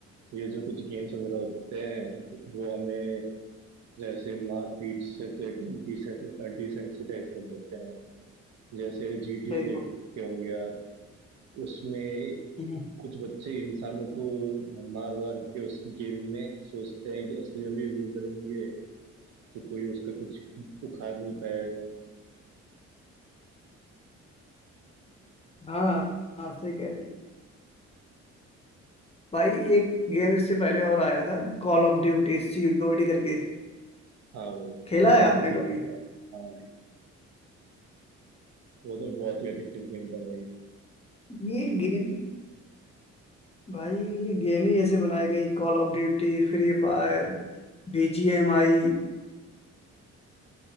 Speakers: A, on the right (about 65°); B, on the left (about 20°).
A: ये जो कुछ गेम्स वगैरह होते हैं वो हमें जैसे मारपीट से तो एकदम डिसेंसिटाइज कर देते हैं जैसे जीटीए
B: सही
A: देखते
B: बात
A: होंगे आप उसमें
B: हम्म।
A: कुछ बच्चे इंसानों को मार वार के उस गेम में सोचते हैं कि असली में भी वो करेंगे तो कोई उसका कुछ उखाड़ नहीं पाएगा
B: हाँ हाँ सही कह रहे हैं भाई एक गेम इससे पहले और आया था कॉल ऑफ ड्यूटी सीओडी करके
A: हाँ भाई
B: खेला
A: वो
B: है
A: तो
B: आपने
A: मैंने
B: कभी
A: भी खेला है भाई हाँ भाई वो तो बहुत ही एडिक्टिव गेम था भाई
B: ये गेम भाई ये गेम ही ऐसे बनाई गई call of duty free fire BGMI